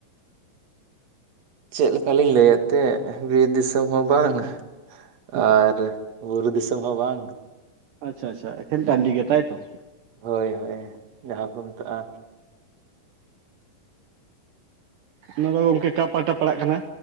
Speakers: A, on the right; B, on the right.
A: ᱪᱮᱫ ᱞᱮᱠᱟᱞᱤᱧ ᱞᱟᱹᱭ ᱮᱮᱫ ᱛᱟᱦᱮᱸ ᱵᱤᱨ ᱫᱤᱥᱚᱢ ᱦᱚᱸ ᱵᱟᱝ᱾ <unintelligible>
B: ᱦᱮᱸ
A: ᱟᱨ ᱵᱩᱨᱩ ᱫᱤᱥᱚᱢ ᱦᱚᱸ ᱵᱟᱝ,
B: ᱟᱪᱪᱷᱟ ᱟᱪᱪᱷᱟ ᱮᱠᱷᱮᱱ ᱴᱟᱺᱰᱤ ᱜᱮᱛᱟᱭ ᱛᱚ?
A: ᱦᱳᱭ ᱦᱳᱭ ᱡᱟᱦᱟᱸ ᱠᱚ ᱢᱮᱛᱟᱜᱼᱟ
B: ᱚᱱᱟ ᱫᱚ ᱟᱫᱚ ᱜᱚᱝᱠᱮ ᱠᱟ ᱯᱟᱦᱴᱟ ᱯᱟᱲᱟᱜ ᱠᱟᱱᱟ,